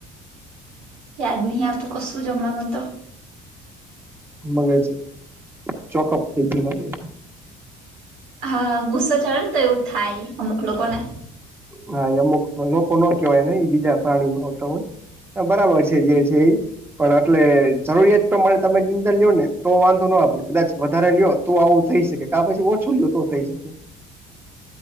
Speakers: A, on the right; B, on the right.
A: યાદ નહીં આવ તું કશું જમણા મ તો.
B: મગે છે ચોકઅપ થઈ ગયું લાગે છે.
A: હા ગુસ્સો ચા ને તો એવું થાય અમુક લોકો ને.
B: હા એ અમુક લોકો ન કેવાયને એ બીજા પ્રાણી આવતા હોય બરાબર છે જે છે એ. પણ એટલે જરૂરિયાત પ્રમાણે તમે નિંદર લ્યો ને તો વાંધો નય પણ કદાચ વધારે લ્યો. તો આવું થઈ શકે કા પછી ઓછું જોય તો થઈ શકે.